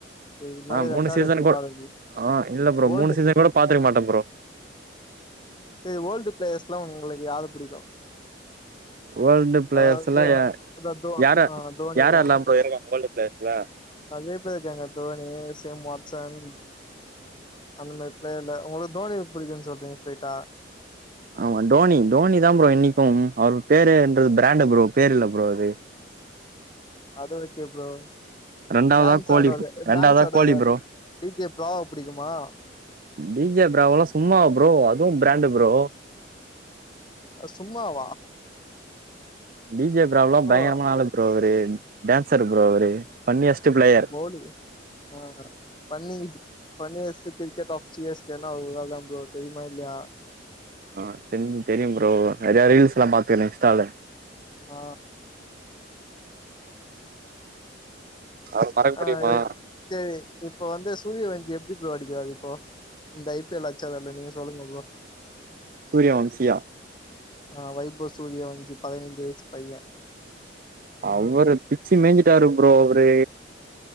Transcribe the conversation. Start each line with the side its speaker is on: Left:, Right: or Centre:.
Left: இதுக்கு முன்னாடி
Right: ஆ மூணு
Left: ரெக்கார்டு
Right: சீசன்கு
Left: எடுத்து பாருங்க
Right: ஆ இல்ல ப்ரோ
Left: ஓல்டு
Right: மூணு சீசன்கு பாத்திருக்க மாட்ட ப்ரோ
Left: சரி ஓல்டு பிளேர்ஸ்ல்லா உங்களுக்கு யார புடிக்கு
Right: ஓல்டு ப்ளேயர்ஸ்
Left: அதாவது தோ
Right: அ
Left: அதா தோ
Right: யார
Left: ஆ தோனிய
Right: யார எல்லா ப்ரோ இருங்க ஓல்டு ப்ளேயர்ஸ் ல
Left: நெறைய பேர் இருக்காங்க தோனி சேம் வாட்சன் அந்த மாரி ப்ளேயர்ல உங்களுக்கு தோனி பிடிக்குனு சொல்றீங்க சேட்டா
Right: ஆமா டோனி டோனி தா ப்ரோ இன்னிக்கும் அவரு பேருன்றது ப்ரண்டடு ப்ரோ பேரு இல ப்ரோ அது
Left: அத விட்டியே ப்ரோ
Right: ரெண்டாவதா
Left: டன்ஸ்
Right: கோலி
Left: ஆட்றது
Right: ரெண்டாவதா
Left: டன்ஸ் ஆடது
Right: கோலி ப்ரோ
Left: டி ஜே ப்ராவோ பிடிக்குமா
Right: டி ஜே ப்ராவோளா சும்மா ப்ரோ அதுவு ப்ராண்டு ப்ரோ
Left: அ சும்மாவா
Right: டி ஜே ப்ராவோலா
Left: ப்ரோ
Right: பய்ங்கரமா ஆளு ப்ரோ அவரு டன்சர் ப்ரோ அவரு ஃபண்ணியஸ்ட் ப்ளேயர்
Left: போடு ஆ funny funniest cricket of C S K னா அவரு ஒரு ஆள் தா ப்ரோ தெரியுமா இல்லையா
Right: ஆ தெரிஞ் தெரியு ப்ரோ நறைய ரீல்ஸ்லா பாத்தனே இன்ஸ்டால
Left: ஆ
Right: அவர மறக்க
Left: ஆ
Right: முடியுமா
Left: சேரி இப்போ வந்து சூரிய வஞ்சி எப்டி ப்ரோ அடிக்கிறாரு இப்போ இந்த ஐ பி எல் ல அச்சாரா எப்டி நீங்க சொல்லுங்க ப்ரோ
Right: சூரியா வம்சியா
Left: ஆ வைபவ் சூரியா வஞ்சி பதினஞ்சு வயசு பைய
Right: அவரு பிச்சி மேஞ்சிட்டாரு ப்ரோ அவரு